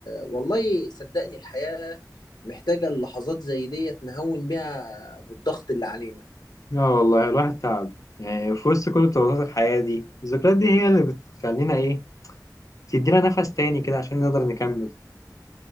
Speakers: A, on the left; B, on the left.
A: والله صدقني الحياة محتاجة اللحظات زي ديت نهون بيها بالضغط اللي علينا
B: لا والله الواحد تعب يعني في وسط كل الضغوطات الحياة دي الذكريات دي هي اللي بتخلينا إيه تدينا نفس تاني كده عشان نقدر نكمل